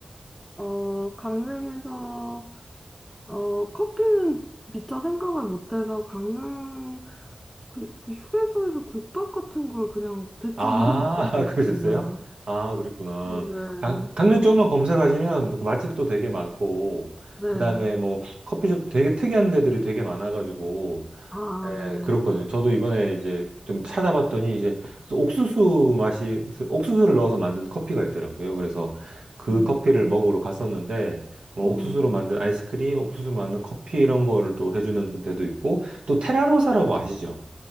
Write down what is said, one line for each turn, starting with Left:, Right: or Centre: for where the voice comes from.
Centre: 어, 강릉에서, 어, 커피는 미처 생각을 못해서 강릉, 그, 그 휴게소에서 국밥 같은 걸 그냥 대충
Right: 아,
Centre: <laughs> 먹었던
Right: <laughs>
Centre: 것
Right: 그러셨어요?
Centre: 같아요.
Right: 아, 그랬구나.
Centre: 어,
Right: 강, 강릉 쪽만 검색하시면 그 맛집도 되게 많고,
Centre: 네,
Right: 그 다음에
Centre: 네,
Right: 뭐 커피숍 되게 특이한 데들이 되게 많아가지고,
Centre: 아,
Right: 예,
Centre: 네.
Right: 그렇거든요. 저도 이번에 이제 좀 찾아봤더니 이제 그래서 옥수수 맛이, 옥수수를 넣어서 만든 커피가 있더라고요. 그래서 그
Centre: 음.
Right: 커피를 먹으러 갔었는데, 뭐
Centre: 음,
Right: 옥수수로 만든 아이스크림, 옥수수로 만든 커피 이런 거를 또 해주는 데도 있고, 또 테라로사라고 아시죠?